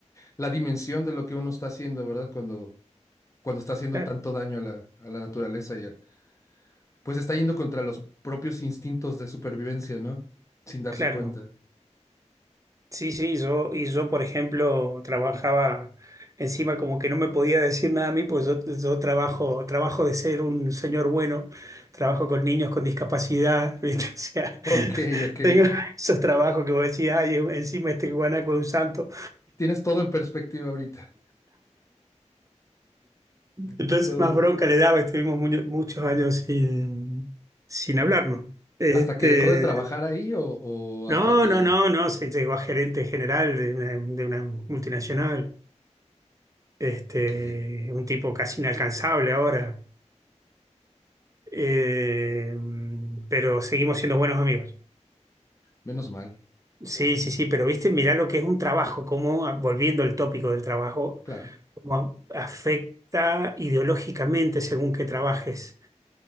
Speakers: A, on the left; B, on the right.
A: la dimensión de lo que uno está haciendo, ¿verdad? Cuando, cuando está haciendo
B: Claro,
A: tanto daño a la, a la naturaleza y a- pues está yendo contra los propios instintos de supervivencia, ¿no? Sin darse
B: claro.
A: cuenta.
B: Sí, sí, yo, y yo, por ejemplo, trabajaba encima como que no me podía decir nada a mí, pues yo, yo trabajo, trabajo de ser un señor bueno, trabajo con niños con discapacidad, <laughs> ¿viste? O sea, <laughs>
A: Ok, ok.
B: tengo esos trabajos que vos decís, ay, em, encima este guanaco es un santo.
A: Tienes todo en perspectiva ahorita.
B: Entonces
A: Lo-
B: más bronca le daba, estuvimos mu- muchos años sin, sin hablarnos. Este,
A: ¿Hasta que dejó de trabajar ahí o, o
B: no,
A: hasta que...
B: no, no, no, se llegó a gerente general de una, de una multinacional. este,
A: Ok,
B: un tipo casi inalcanzable ahora, Eh, pero seguimos siendo buenos amigos.
A: menos mal,
B: Sí, sí, sí, pero viste, mirá lo que es un trabajo, cómo, ah, volviendo al tópico del trabajo,
A: claro.
B: cómo afecta ideológicamente según que trabajes.